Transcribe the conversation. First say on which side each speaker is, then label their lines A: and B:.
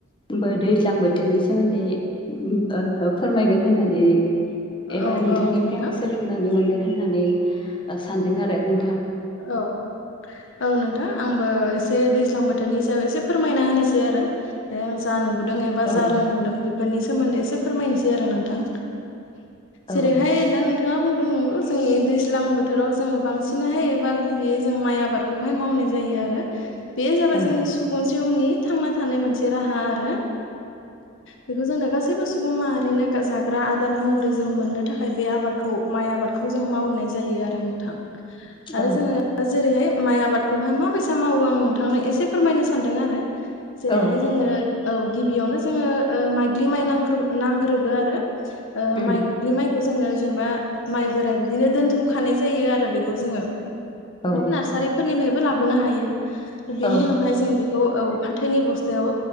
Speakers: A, on the left; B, on the left.
A: बो दैज्लां बोथोरनि सोमोन्दै ओ फोरमायगोन होननानै एबा
B: औ
A: नोंथांनिफ्राय
B: औ नोंथां
A: आं सोलोंनानै मोनगोन होननानै सानदों आरो नों
B: औ औ नोंथां आंबो एसे एसे दैज्लां बोथोरनि सायाव एसे फोरमायना होनोसै आरो जा नु बुदों एबा
A: औ
B: रोंबुदों बेफोरनि सोमोन्दै एसे फोरमायनोसै आरो नोंथां
A: औ
B: जेरैहाय दा नोंथाङा बुंदों नंगौ जोंनि दैज्लां बोथोराव जोङो बांसिनहाय गुबै जों माय आबादखौहाय मावनाय जायो आरो बे जाबाय
A: औ
B: जोंनि सुबुं जिउ जिउनि थांना थानाय मोनसे राहा आरो बेखौ जोंनो गासै सैबो सुबुं माहारिनो जाग्रा आदार महरै जों मोननो थाखाय बे आबादखौ माइ आबादखौ जों मावनाय जायो आरो नोंथां।
A: औ
B: आरो जोङो जेरैहाय माइ आबादखौहाय माबायसा मावो आं नोंथांनो एसे फोरमायनो सानदों आरो। जेरैहाय
A: औ
B: जोङो औ गिबियावनो जोङो ओ माइग्लि माइ नांग्रो नांग्रोगो आरो। ओ
A: उम
B: माइग्लि माइ खौ जोङो जेनेबा माइ बोराइ बिदिनो दोनथुमखानाय जायो आरो बेखौ जोङो।
A: औ
B: बिदि नार्सारिफोरनिफ्रायबो लाबोनो हायो आरो बेनि
A: औ
B: उनावहाय जों बे औ फाथोनि बस्थायाव